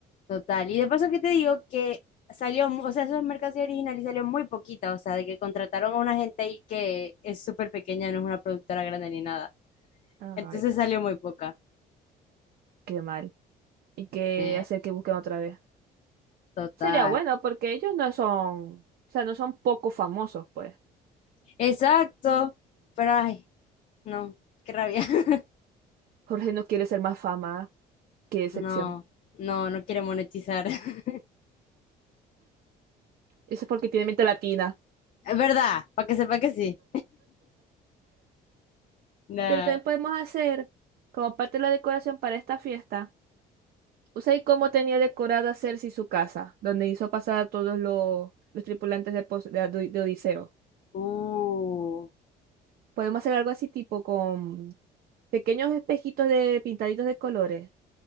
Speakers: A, on the left (about 50°); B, on the right (about 65°).
A: Total. Y de paso que te digo que salió, mu- o sea, esa mercancía original y salió muy poquita, o sea, de que contrataron a una gente ahí que es súper pequeña, no es una productora grande ni nada.
B: Ay,
A: Entonces salió muy poca.
B: qué mal. Hay que
A: Sí,
B: hacer que busquen otra vez.
A: total.
B: Sería bueno porque ellos no son, o sea, no son poco famosos, pues.
A: Exacto. Pero ay, no, qué rabia. <laughs>
B: Jorge no quiere ser más fama que decepción.
A: No, no, no quiere monetizar. <laughs>
B: Eso es porque tiene mente latina.
A: Es verdad, para que sepa que sí. No.
B: Pero también podemos hacer, como parte de la decoración para esta fiesta, Usai cómo tenía decorada Cersei su casa, donde hizo pasar a todos los, los tripulantes de, Pos- de Ado- de Odiseo.
A: Uh.
B: Podemos hacer algo así tipo con pequeños espejitos de pintaditos de colores